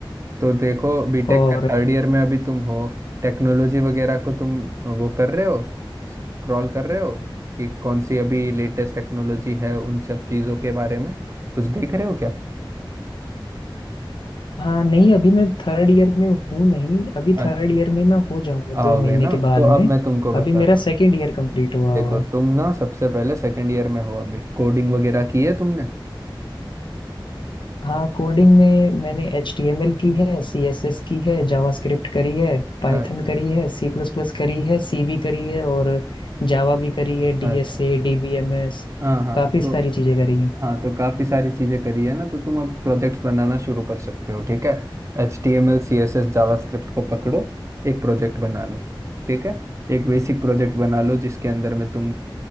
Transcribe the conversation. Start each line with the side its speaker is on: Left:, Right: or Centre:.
Right: तो देखो बीटेक
Left: और
Right: के थर्ड ईयर में अभी तुम हो टेक्नोलॉजी वगैरह को तुम वो कर रहे हो स्क्रॉल कर रहे हो कि कौन सी अभी लेटेस्ट टेक्नोलॉजी है उन सब चीज़ों के बारे में कुछ देख रहे हो क्या
Left: हाँ नहीं अभी मैं थर्ड ईयर में हूँ नहीं अभी
Right: अच्छा
Left: थर्ड ईयर में मैं हो जाऊंगा दो
Right: आओगे
Left: महीने
Right: ना
Left: के बाद
Right: तो अब
Left: में
Right: मैं तुमको बताता
Left: अभी मेरा
Right: हूँ
Left: सेकेंड ईयर कंप्लीट हुआ
Right: देखो
Left: हुआ है
Right: तुम ना सबसे पहले सेकंड ईयर में हो अभी कोडिंग वगैरह की है तुमने
Left: हाँ कोडिंग में मैंने एच टी एम एल की है सी एस एस की है जावास्क्रिप्ट करी है पाइथन
Right: अच्छा
Left: करी है सी प्लस प्लस करी है सी भी करी है और जावा भी करी है डी
Right: अच्छा
Left: एस ए डी बी एम एस
Right: हाँ हाँ
Left: काफी
Right: तो
Left: सारी चीजें करी
Right: हाँ तो काफी सारी चीजें करी है ना तो तुम अब प्रोजेक्ट्स बनाना शुरू कर सकते हो ठीक है H T M L सी एस एस JavaScript को पकड़ो एक प्रोजेक्ट बना लो ठीक है एक बेसिक प्रोजेक्ट बना लो जिसके अंदर में तुम